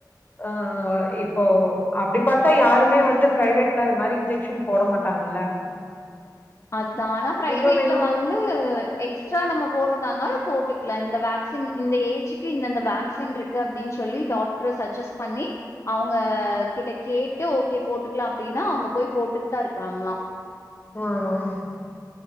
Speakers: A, on the left; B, on the left.
A: அஹ் இப்போ அப்படி பார்த்தா யாருமே வந்து பிரைவேட்ல அது மாதிரி இன்ஜெக்ஷன் போட மாட்டாங்கல்ல
B: அதுதான் ஆனா பிரைவேட்ல
A: இன்னொன்னு என்னன்னா
B: வந்து எக்ஸ்ட்ரா நம்ம போடுறதா இருந்தாலும் போட்டுக்கலாம் இந்த வேக்சின் இந்த ஏஜுக்கு இந்தந்த வேக்சின் இருக்கு அப்படின்னு சொல்லி டாக்டரு சஜஸ்ட் பண்ணி அவங்க கிட்ட கேட்டு ஓகே போட்டுக்கலாம் அப்படின்னா அவங்க போய் போட்டுட்டு தான் இருக்கறாங்களாம்
A: ஆஹ்